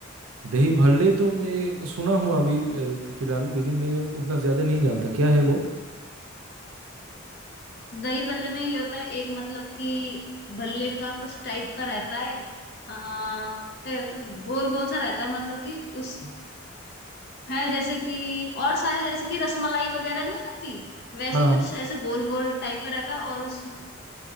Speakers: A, on the right; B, on the left.
A: दही भल्ले तो मैं सुना हूँ अभी अ, फिलहाल लेकिन मैंने उतना ज़्यादा नहीं जानता क्या है वो
B: दही भल्ले में ये होता है एक मतलब कि भल्ले का कुछ टाइप का रहता है आ, है तो गोल गोल सा रहता है मतलब कि उस है जैसे कि और सारे जैसे कि रसमलाई वगैरह नहीं होती वैसे
A: हाँ हाँ
B: कुछ ऐसे गोल गोल टाइप का रहता है और उस